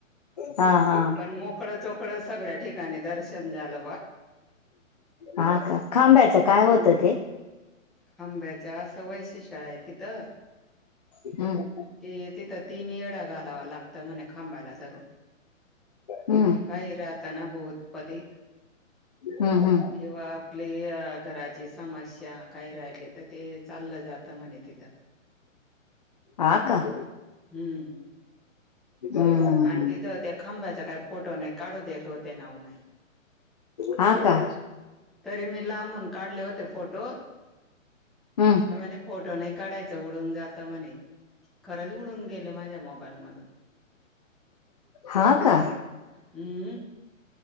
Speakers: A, on the left; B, in the centre.
A: हा हा
B: पण मो चकडं चोकडं सगळ्या ठिकाणी दर्शन झालं बुवा.
A: हा का, खांब्याचं काय होतं ते?
B: खांब्याच्या असं वैशिष्ट्य आहे तिथं.
A: हम्.
B: ते तिथं तीन येडा घालावा लागतं म्हणे खांबायला धरुन.
A: हम्म
B: काही राहता ना भोत फलित.
A: हम्म हम्म
B: किंवा आपली घराची समस्या. काय राहिले तर ते चाललं जातं म्हणे तिथं.
A: हा का?
B: हम्म.
A: हम्म
B: आणि तिथं त्या खंब्याचा काय फोटो नाय काढू देत होते नाव माय.
A: हा का.
B: तरी मी लांबून काढले होते फोटो.
A: हम्म.
B: तर म्हणे फोटो नाही काढायच उडून जातं म्हणे. खरंच उडून गेले माझ्या मोबाईल मधून.
A: हा कां.
B: हम्म.